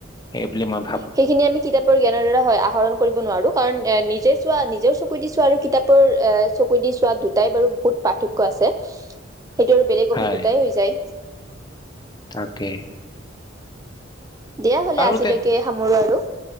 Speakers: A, on the left; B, on the right.
A: সেই বুলি মই ভাবো
B: সেইখিনি আমি কিতাপৰ জ্ঞানৰ দ্বাৰা হয় আহৰণ নোৱাৰো কাৰণ নিজে চোৱা নিজৰ চকু দি চোৱা আৰু কিতাপৰ এ চকু দি চোৱা দুটাই বাৰু বহুত পাৰ্থক্য আছে সেইটো আৰু বেলেগ
A: হয়
B: অভিজ্ঞতাই হৈ যায়
A: তাকে।
B: দিয়া হলে
A: বাৰু
B: আজিলৈকে
A: তে
B: সামৰো আৰু।